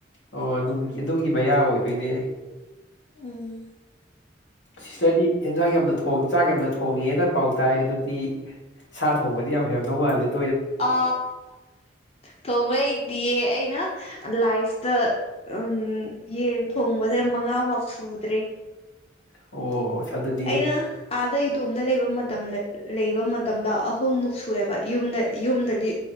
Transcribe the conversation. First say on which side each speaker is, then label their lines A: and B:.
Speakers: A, on the left; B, on the left.
A: ꯑꯣ ꯑꯗꯨꯃꯨꯛ ꯑꯗꯨꯒꯤ ꯃꯌꯥ ꯑꯣꯏꯗꯣꯏꯅꯦ
B: ꯎꯝ
A: ꯁꯤꯁꯇꯔꯗꯤ ꯌꯦꯟꯖꯥꯡ ꯌꯥꯝꯅ ꯊꯣꯡ ꯆꯥꯛ ꯌꯥꯝꯅ ꯊꯣꯡꯉꯦꯅ ꯄꯥꯎ ꯇꯥꯏ ꯑꯗꯨꯗꯤ ꯁꯥ ꯊꯣꯡꯕꯗꯤ ꯌꯥꯝ ꯍꯩꯔꯝꯗꯧ ꯃꯥꯂꯦ
B: ꯑ ꯊꯣꯡꯕꯥ ꯍꯩꯗꯤꯌꯦ ꯑꯩꯅ ꯂꯥꯏ꯭ꯐꯇ ꯎꯝ ꯌꯦꯟ ꯊꯣꯡꯕꯁꯦ ꯃꯉꯥ ꯐꯥꯎ ꯁꯨꯗ꯭ꯔꯦ
A: ꯑꯣ ꯑꯗꯨꯗꯤ
B: ꯑꯩꯅ ꯑꯥꯗ ꯏꯇꯣꯝꯗ ꯂꯩꯕ ꯃꯇꯝꯗ ꯂꯩꯕ ꯃꯇꯝꯗ ꯑꯍꯨꯝꯃꯨꯛ ꯁꯨꯑꯦꯕ ꯌꯨꯝꯗ ꯌꯨꯝꯗꯗꯤ